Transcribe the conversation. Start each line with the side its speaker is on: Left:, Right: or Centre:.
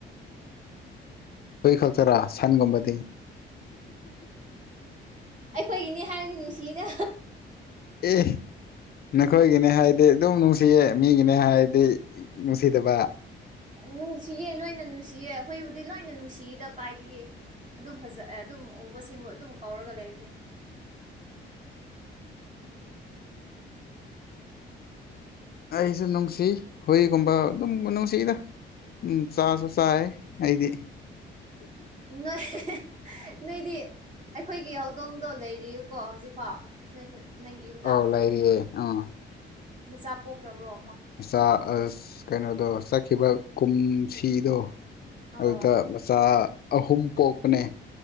Left: ꯍꯨꯏ ꯈꯛꯇꯔꯥ ꯁꯟꯒꯨꯝꯕꯗꯤ
Right: ꯑꯩꯈꯣꯏꯒꯤꯅꯦ ꯍꯥꯏꯔꯗꯤ ꯅꯨꯡꯁꯤꯌꯦꯗ
Left: ꯑꯦ ꯅꯈꯣꯏꯒꯤꯅꯦ ꯍꯥꯏꯗꯤ ꯑꯗꯨꯝ ꯅꯨꯡꯁꯤꯌꯦ ꯃꯤꯒꯤꯅꯦ ꯍꯥꯏꯗꯤ ꯅꯨꯡꯁꯤ ꯁꯤꯗꯕ
Right: ꯅꯨꯡꯁꯤꯌꯦ ꯂꯣꯏꯅ ꯅꯨꯡꯁꯤꯌꯦ ꯍꯨꯏꯕꯨꯗꯤ ꯂꯣꯏꯅ ꯅꯨꯡꯁꯤꯗ ꯀꯥꯏꯗꯒꯤ ꯑꯗꯨꯝ ꯐꯖꯩꯌꯦ ꯑꯗꯨꯝ ꯎꯕꯁꯤꯡꯕꯨ ꯑꯗꯨꯝ ꯀꯧꯔꯒ ꯂꯩꯕꯅꯦ
Left: ꯑꯩꯁꯨ ꯅꯨꯡꯁꯤ ꯍꯨꯏꯒꯨꯝꯕ ꯑꯗꯨꯝ ꯅꯨꯡꯁꯤꯗ ꯎꯝ ꯆꯥꯁꯨ ꯆꯥꯌꯦ ꯑꯩꯗꯤ
Right: ꯅꯣꯏ ꯅꯣꯏꯗꯤ ꯑꯩꯈꯣꯏꯒꯤ ꯍꯧꯗꯣꯡꯗꯣ ꯂꯩꯔꯤꯕꯥꯀꯣ ꯍꯧꯖꯤꯛ ꯐꯥꯎ ꯅꯣꯏꯈꯣꯏ ꯅꯪꯒꯤ ꯌꯨꯝꯗ
Left: ꯑꯧ ꯂꯩꯔꯤꯌꯦ ꯑꯥ
Right: ꯃꯆꯥ ꯄꯣꯛꯈ꯭ꯔꯕꯥꯔꯣ
Left: ꯃꯆꯥ ꯑꯁ ꯀꯩꯅꯣꯗꯣ ꯆꯠꯈꯤꯕ ꯀꯨꯝꯁꯤꯗꯣ
Right: ꯑꯣ
Left: ꯑꯗꯨꯗ ꯃꯆꯥ ꯑꯍꯨꯝ ꯄꯣꯛꯄꯅꯦ